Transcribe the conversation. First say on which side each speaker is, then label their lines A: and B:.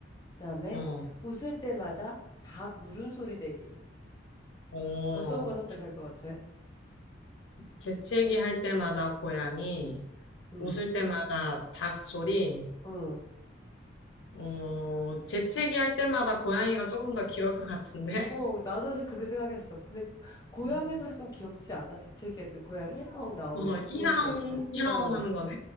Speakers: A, on the left (about 20°); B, on the left (about 70°).
A: 그다음에
B: 어,
A: 웃을 때마다 닭 울음소리 내기.
B: 어.
A: 어떤 걸 선택할 것 같아?
B: 재채기 할 때마다 고양이,
A: 응,
B: 웃을 때마다 닭 소리,
A: 응.
B: 어, 재채기 할 때마다 고양이가 조금 더 귀여울 것 같은데?
A: 어, 나도 요새 그렇게 생각했어. 근데 고양이
B: 음.
A: 소리 좀 귀엽지 않아? 재채기할 때 고양이 야옹 나오면
B: <laughs> 어,
A: 귀여울
B: 이하옹,
A: 것 같아.
B: 이하옹
A: 어,
B: 하는 거네?